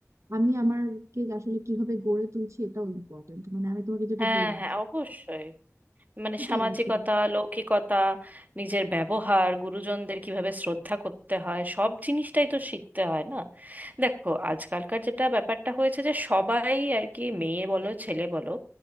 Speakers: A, on the right (about 60°); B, on the right (about 30°).
A: আমি আমারকে আসলে কিভাবে গড়ে তুলছি এটাও ইম্পর্ট্যান্ট মানে আমি তোমাকে যেটা
B: হ্যাঁ
A: বললাম
B: হ্যাঁ অবশ্যই মানে
A: সেটাই
B: সামাজিকতা
A: আসলে
B: লৌকিকতা নিজের ব্যবহার গুরুজনদের কিভাবে শ্রদ্ধা করতে হয় সব জিনিসটাই তো শিখতে হয় না দেখো আজকালকার যেটা ব্যাপারটা হয়েছে যে সবাই আর কি মেয়ে বলো ছেলে বলো